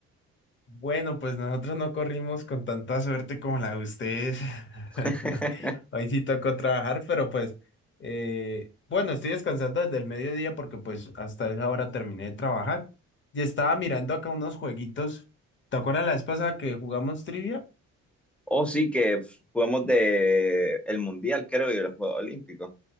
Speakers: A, on the left; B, in the centre.
A: Bueno, pues nosotros no corrimos con tanta suerte como la de ustedes. <laughs>
B: <laughs>
A: Hoy sí tocó trabajar, pero pues eh, bueno, estoy descansando desde el mediodía porque pues hasta esa hora terminé de trabajar y estaba mirando acá unos jueguitos. ¿Te acuerdas la vez pasada que jugamos trivia?
B: Oh, sí, que f- jugamos de el Mundial, creo, y los Juegos Olímpicos.